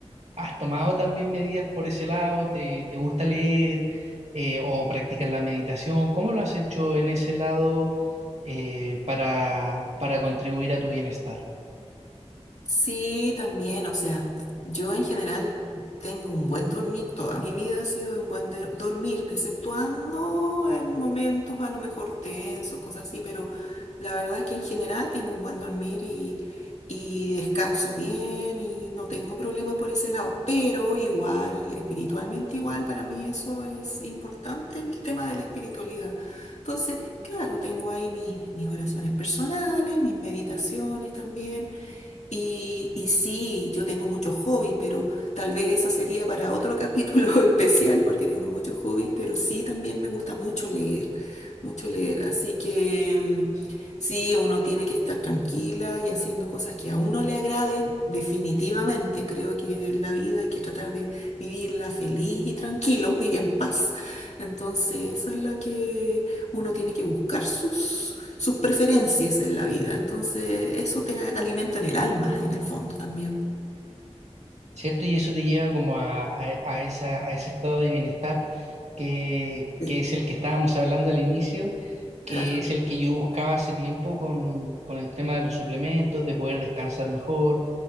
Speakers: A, on the right; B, on the left.
A: ¿Has tomado también medidas por ese lado? ¿Te, te gusta leer eh, o practicas la meditación? ¿Cómo lo has hecho en ese lado eh, para, para contribuir a tu bienestar?
B: Sí, también, o sea, yo en general tengo un buen dormir, toda mi vida ha sido de un buen de- dormir, exceptuando en momentos a lo mejor tensos, cosas así, pero la verdad es que en general tengo un buen dormir y, y descanso bien y no tengo problemas por ese lado, pero igual, espiritualmente igual, para mí eso es importante, el tema de la espiritualidad. Entonces, claro, tengo ahí mis, mis oraciones personales, mis meditaciones también. Y, y sí, yo tengo muchos hobbies, pero tal vez eso sería para otro capítulo <laughs> especial, porque tengo muchos hobbies, pero sí también me gusta mucho leer, mucho leer. Así que mm, sí, uno tiene que estar tranquila y haciendo cosas que a uno le agraden, definitivamente. Creo que en la vida hay que tratar de vivirla feliz y tranquilo y en paz. Entonces, eso es lo que uno tiene que buscar sus sus preferencias en la vida. Entonces, eso te alimenta en el alma, en el fondo también.
A: ¿Cierto? Y eso te lleva como a, a- a esa, a ese estado de bienestar que,
B: Sí,
A: que es el que estábamos hablando al inicio, que
B: Claro.
A: es el que yo buscaba hace tiempo con, con el tema de los suplementos, de poder descansar mejor,